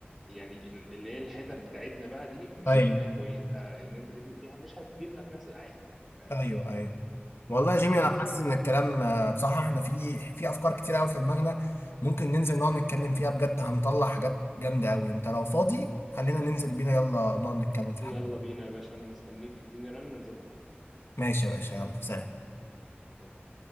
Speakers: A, in the centre; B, on the left (about 75°).
A: يعني ال- اللي هي الحتت بتاعتنا بقى دي مش
B: أيوه
A: شايف ان هي كويسه ان انت تبني فيها مش هتجيب لك نفس العائد يعني فاهم
B: أيوه أيوه والله يا جيمي
A: بس
B: أنا حاسس إن الكلام آه، بصراحة إحنا في في أفكار كتير أوي في دماغنا ممكن ننزل نقعد نتكلم فيها بجد هنطلع حاجات جامدة أوي أنت لو فاضي خلينا ننزل بينا يلا نقعد نتكلم في الحاجات
A: يلا
B: دي
A: بينا يا باشا انا مستنيك اديني رن انزل لك على
B: ماشي يا باشا يلا سلام
A: طول